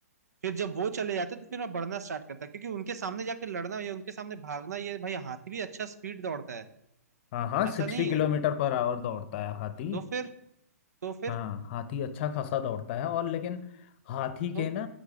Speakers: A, on the right; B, on the left.
A: फिर जब वो चले जाते तो फिर मैं बढ़ना स्टार्ट करता क्योंकि उनके सामने जाके लड़ना या उनके सामने भागना ये भाई हाथी भी अच्छा स्पीड दौड़ता है
B: हाँ हाँ
A: ऐसा
B: सिक्सटी
A: नहीं
B: किलोमीटर
A: है
B: पर आवर दौड़ता है हाथी
A: तो फिर तो फिर
B: हाँ हाथी अच्छा खासा दौड़ता है और लेकिन हाथी
A: तो
B: के ना